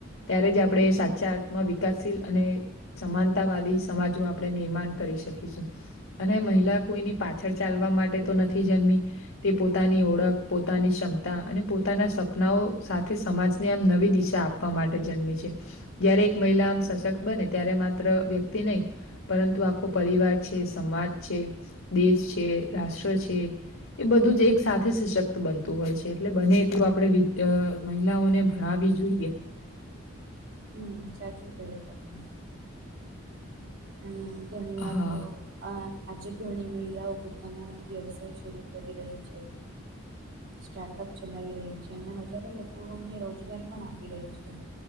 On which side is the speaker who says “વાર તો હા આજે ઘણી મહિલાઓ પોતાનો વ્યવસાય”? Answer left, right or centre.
Right